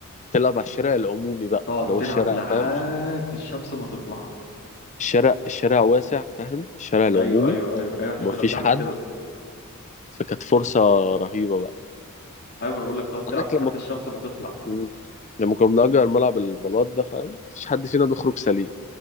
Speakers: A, on the left; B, on the left.
A: تلعب على الشارع العمومي بقى
B: تقعد
A: اللي هو
B: تلعب
A: الشارع
B: لحد
A: فاهم
B: الشمس ما تطلع
A: الشارع الشارع واسع فاهم الشارع العمومي
B: ايوه ايوه ايوه ايوه احنا
A: ومفيش
B: كنا بنعمل
A: حد
B: كده
A: فكانت فرصة رهيبة بقى
B: ايوه انا بقول لك تقعد تلعب
A: عندك
B: لحد
A: لما
B: الشمس ما تطلع
A: مم. لما كنا بنأجر ملعب البلاط ده فاهم مفيش حد فينا بيخرج سليم